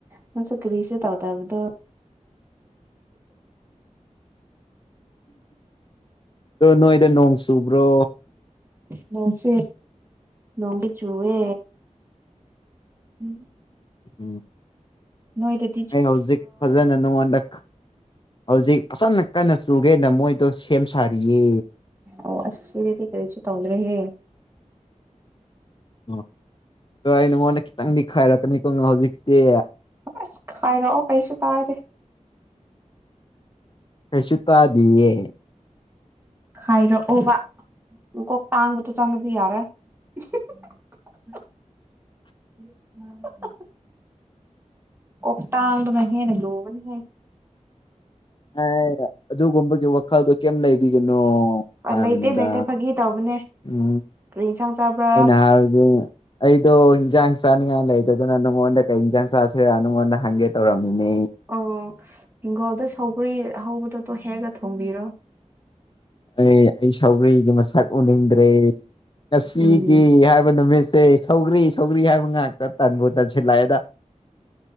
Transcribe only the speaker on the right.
ꯅꯪꯁꯨ ꯀꯔꯤꯁꯨ ꯇꯧꯕꯗꯣ
ꯅꯣꯡꯁꯦ ꯅꯣꯡꯁꯦ ꯆꯨꯋꯦ ꯎꯝ
ꯅꯣꯏ ꯗꯤꯠ
ꯑꯣ ꯑꯁꯤꯗꯗꯤ ꯀꯔꯤꯁꯨ ꯇꯧꯗ꯭ꯔꯦꯍꯦ
ꯑꯁ ꯈꯥꯏꯔꯛꯑꯣ ꯑꯩꯁꯨ ꯄꯥꯏꯗꯦ
ꯈꯥꯏꯔꯛꯑꯣꯕ ꯃꯀꯣꯛ ꯇꯥꯡꯕꯗꯣ ꯆꯪꯉꯗꯤ ꯌꯥꯔꯦ <unintelligible> ꯀꯇꯥꯡꯗꯨꯅ ꯍꯦꯅ ꯂꯨꯕꯅꯤꯍꯦ
ꯂꯩꯇꯦ ꯂꯩꯇꯦ ꯐꯥꯒꯤ ꯇꯧꯕꯅꯦ
ꯀꯔꯤ ꯏꯟꯁꯥꯡ ꯆꯥꯕ꯭ꯔꯥ
ꯑꯣ ꯍꯤꯡꯈꯣꯜꯗ ꯁꯒ꯭ꯔꯤ ꯍꯧꯕꯗꯣꯇꯣ ꯍꯦꯛꯑꯒ ꯊꯣꯡꯕꯤꯔꯣ
ꯎꯝ